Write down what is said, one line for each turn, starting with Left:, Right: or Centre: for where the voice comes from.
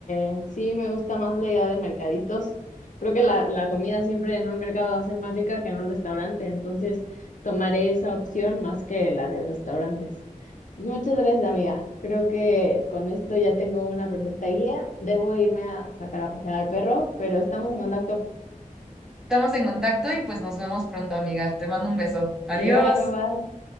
Left: eh, sí me gusta más la idea de mercaditos. Creo que la, la comida siempre en un mercado va a ser más rica que en un restaurante, entonces tomaré esa opción más que la de restaurantes. Muchas gracias, amiga. Creo que con esto ya tengo una perfecta guía. Debo irme a sacar a pasear al perro, pero estamos en contacto.
Centre: Estamos en contacto y pues nos vemos pronto, amiga. Te mando un beso. Adiós.
Left: Igual, bye bye.